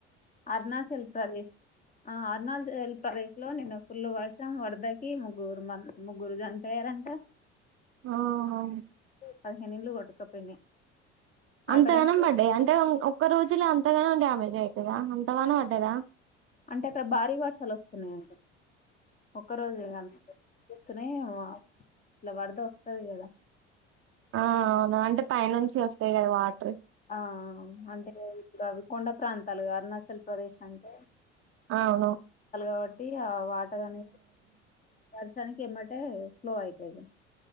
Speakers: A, on the left (about 25°); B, on the right (about 40°).
A: అరుణాచల్ ప్రదే ఆ అరుణాచల్ ప్రదేశ్ లో నిన్న ఫుల్లు వర్షం వరదకి ముగ్గురు మన్ ముగ్గురు చనిపోయారంట
B: ఆహా
A: పదిహేను ఇండ్లు కొట్టుకపోయినయి
B: అంతగానం
A: అక్కడేమో
B: పడ్డాయా అంటే ఒక్క రోజులో అంతగానో డ్యామేజ్ అవుతదా అంత వాన పడ్డదా
A: అంటే అక్కడ భారీ వర్షాలు వత్తున్నాయింట ఒకరోజు కానీ వస్తన్నాయి ఇలా వరద వస్తది కదా
B: ఆ అవును అంటే పై నుంచి వస్తాయి కదా వాటర్
A: ఆ అంటే ఇప్పుడు అవి కొండ ప్రాంతాలు గారని అసలు ప్రదేశ్ అంటే
B: అవును
A: అలా కాబట్టి ఆ వాటర్ అనేది వర్షానికి ఇమ్మటే స్లో అయితదిగా